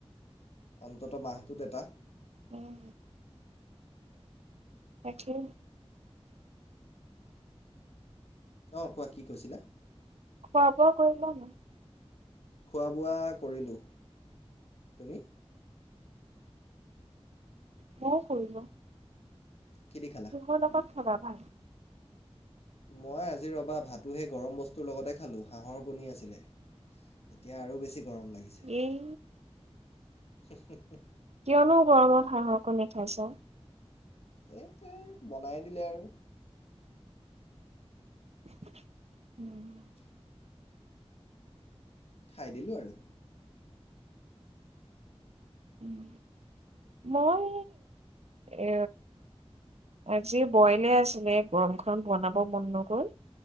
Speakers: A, on the left; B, on the right.
A: অন্ততঃ মাহটোত এটা
B: উম, তাকে
A: অ', কোৱা কি কৈছিলা?
B: খোৱা-বোৱা কৰিলা নাই?
A: খোৱা-বোৱা কৰিলোঁ। তুমি?
B: মও কৰিলো।
A: কি দি খালা?
B: কিহৰ লগত? খব ভাল?
A: মই আজি ৰ'বা ভাতো সেই গৰম বস্তুৰ লগতে খালোঁ, হাঁহৰ কণী আছিলে। এতিয়া আৰু বেছি গৰম লাগিছে। হু,
B: এই
A: হু, হু
B: কিয়নো গৰমত হাঁহৰ কণী খাইছ?
A: এই বনাই দিলে আৰু
B: <inaudible> <unintelligible>
A: খাই দিলোঁ আৰু।
B: উম, মই এ আজি বইলে আছিলে, এই গৰমখন বনাব মন ন'গল।